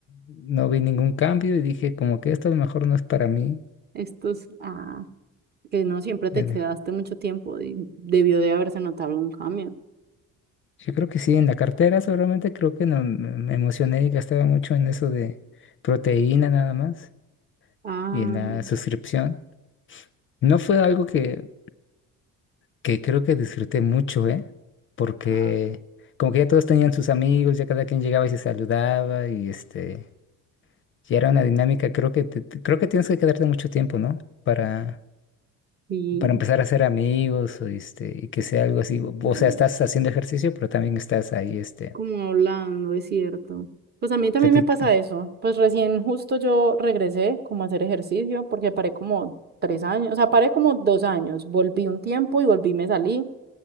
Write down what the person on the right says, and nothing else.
Estos, ah, que no siempre te
quedaste mucho tiempo y debió de haberse notado algún cambio.
Ah,
ah,
sí.
sí.
como hablando, es cierto. Pues a mí también
me pasa eso. Pues recién justo yo regresé como a hacer ejercicio porque paré como tres años, o sea, paré como dos años, volví un tiempo y volví, me salí